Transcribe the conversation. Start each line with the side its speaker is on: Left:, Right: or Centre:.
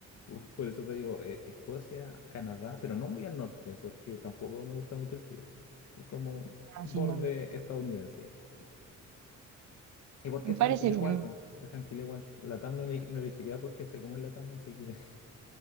Left: uf, por eso te digo, eh, Escocia, Canadá, pero no muy al norte, porque tampoco me gusta mucho el frío. Es como
Right: Así
Left: borde
Right: no.
Left: estadounidense. y todo. Y porque
Right: Me
Left: es
Right: parece
Left: tranquilo
Right: bien.
Left: igual, pues. Es tranquilo igual. La TAM no, ele- no elegiría porque sé cómo es la TAM, así que. <laughs>